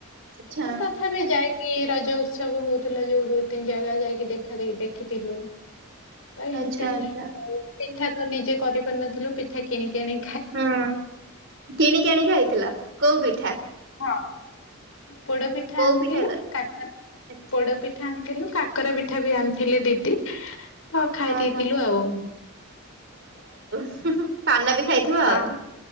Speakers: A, on the right (about 55°); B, on the left (about 75°).
A: ଆଛା
B: ତ ତଥାପି ଯାଇକି ରଜ ଉତ୍ସବ ହଉଥିଲା ଯୋଉ ଦୁଇ ତିନି ଜାଗା ଯାଇକି ଦେଖା ଦେଖିଥିଲୁ ତ ଏମିତି
A: ଆଚ୍ଛା ଆଚ୍ଛା
B: ପିଠା ତ ନିଜେ କରି ପାରିନଥିଲୁ ପିଠା କିଣି ଆକିଣିି
A: ହୁଁ କିଣିକି ଆଣିକି ଖାଇଥିଲ କୋଉ ପିଠା
B: ହଁ ପୋଡପିଠା
A: କୋଉ
B: ଆଣିଥିଲୁ
A: ପିଠା କ
B: କାକରା
A: ଆଚ୍ଛା
B: ପୋଡପିଠା ଆଣିଥିଲୁ କାକରା ପିଠା ବି ଆଣିଥିଲେ ଦିଦି କା ତ ଖାଇ
A: ଓହୋ
B: ଦେଇଥିଲୁ ଆଉ
A: ହୁଁ ହୁଁ ପାନ ବି ଖାଇଥିବ ଆଉ
B: ହଁ